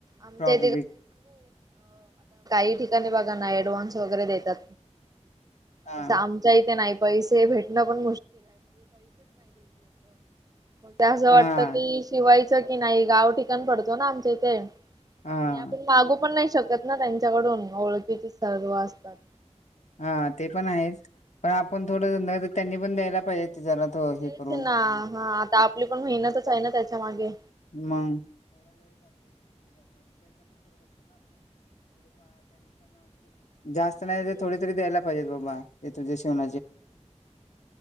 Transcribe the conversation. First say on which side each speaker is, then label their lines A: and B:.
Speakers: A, on the right (about 30°); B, on the left (about 75°).
A: आमच्या
B: फ्रॉक बिक
A: इथे बघाना ऍडव्हान्स वगैरे देतात
B: हा
A: तसा आमच्या इथे नाही पैसे भेटणं पण ते असं
B: हा
A: वाटतं की शिवायचं की नाही गाव ठिकाण पडतो ना आमच्या इथे आणि
B: हा
A: आपण मागू पण नाही शकत ना त्यांच्याकडून ओळखीचे सर्व असतात
B: हा ते पण आहेच पण आपण थोडं त्यांनी पण द्यायला पाहिजे ते जरा थो हे
A: तेच
B: करून
A: ना हा आता आपली पण मेहनतच आहे ना त्याच्या मागे
B: मग तो
A: समजून
B: नाही तर थोडे तरी असं